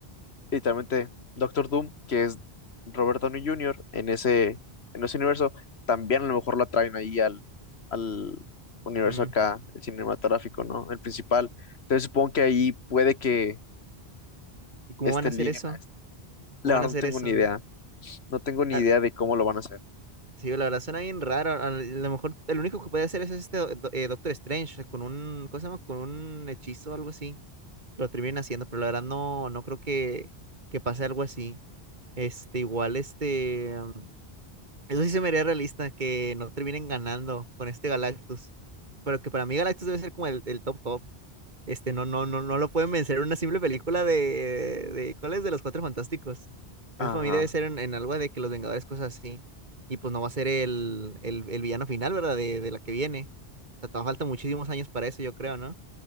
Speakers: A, on the left; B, on the right.
A: literalmente Doctor Doom, que es Robert Downey Jr. en ese, en ese universo, también a lo mejor lo traen ahí al, al universo
B: mm.
A: acá, el cinematográfico, ¿no? El principal. Entonces supongo que ahí puede que
B: ¿Y cómo
A: este
B: van a hacer
A: liguen
B: eso?
A: a este.
B: ¿Cómo
A: La
B: van
A: verdad
B: a hacer
A: no tengo
B: eso?
A: ni idea. No tengo ni
B: Ah,
A: idea de cómo lo van a hacer.
B: sí, la verdad suena bien raro. A lo mejor el único que puede hacer es este do- do- eh, Doctor Strange con un, ¿cómo se llama? Con un hechizo o algo así. Que lo terminen haciendo, pero la verdad no, no creo que, que pase algo así. Este, igual, este, um, eso sí se me haría realista, que no terminen ganando con este Galactus. Pero que para mí Galactus debe ser como el, el top top. Este, no, no, no, no lo pueden vencer en una simple película de, de, ¿cuál es? De los Cuatro Fantásticos. Eso
A: Ajá.
B: para mí debe ser en, en algo de que los Vengadores, cosas así. Y pues no va a ser el, el, el villano final, ¿verdad? De, de la que viene. O sea, todavía falta muchísimos años para eso, yo creo, ¿no?